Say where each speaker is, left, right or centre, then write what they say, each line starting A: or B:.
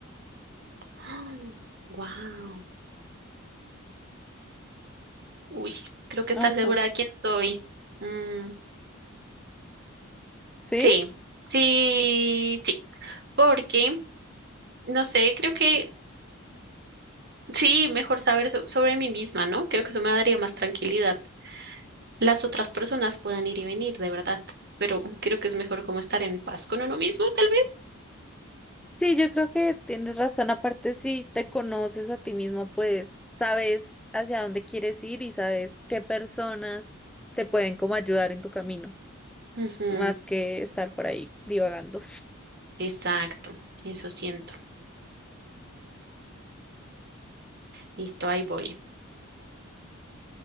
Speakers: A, on the right (about 50°); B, in the centre.
A: <gasps> Wow. Uy, creo que estar
B: Ajá.
A: segura de quién soy. Mm,
B: ¿Sí?
A: sí, sí, sí. Porque, no sé, creo que sí, mejor saber so- sobre mí misma, ¿no? Creo que eso me daría más tranquilidad. Las otras personas pueden ir y venir, de verdad, pero creo que es mejor como estar en paz con uno mismo, tal vez.
B: Sí, yo creo que tienes razón. Aparte, si te conoces a ti mismo, pues sabes hacia dónde quieres ir y sabes qué personas te pueden como ayudar en tu camino,
A: Ujú,
B: más que estar por ahí divagando.
A: Exacto, eso siento. Listo, ahí voy.